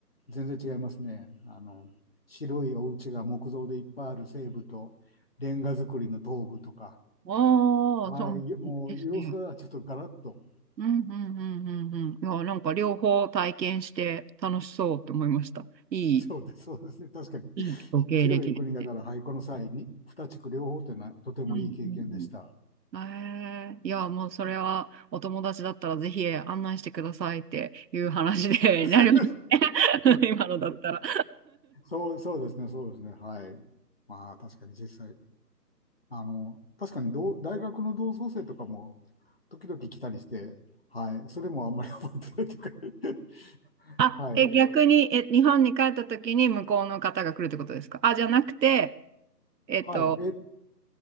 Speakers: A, on the left; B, on the right.
A: 全然違いますね。あの、白いお家が木造でいっぱいある西部と、レンガ造りの東部とか、
B: ああ、
A: はい、
B: そうですね。
A: もう様子がちょっとガラッと、
B: うんうんうんうんうん。いや、なんか両方体験して楽しそうって思いました。いい、
A: そうです、そうですね、確かに。
B: いいご経歴ですね。
A: 広い国だから、はい、この際に、二地区両方というのはとてもいい経験でした。
B: うんうんうん。ええ、いや、もうそれはお友達だったらぜひ案内してくださいっていう話で
A: <laughs>
B: <laughs> なりますね。<laughs> 今のだったら
A: そう、そうですね、そうですね、はい。まあ、確かに実際、あの、確かに同大学の同窓生とかも、時々来たりして、はい、それもあんまり覚えてないというか <laughs>
B: あ、
A: はい、
B: え、逆に、え、日本に帰った時に向こうの方が来るってことですかあ、じゃなくて、えっと、
A: はい。え、